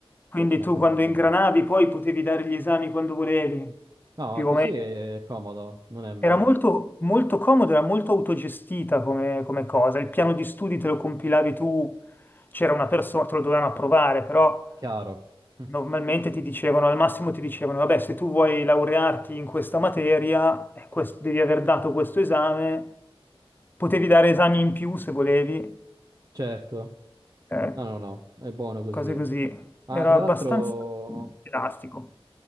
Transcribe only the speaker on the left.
Quindi
tu quando ingranavi poi potevi dare gli esami quando volevi,
più
o meno.
Era molto, molto comodo, era molto autogestita come, come cosa. Il piano di studi te lo compilavi tu, c'era una persona, te lo dovevano approvare, però
normalmente ti dicevano, al massimo ti dicevano, vabbè, se tu vuoi laurearti in questa materia, eh, quest- devi aver dato questo esame, potevi dare esami in più se volevi,
eh,
cose così.
Era
abbastanza
elastico.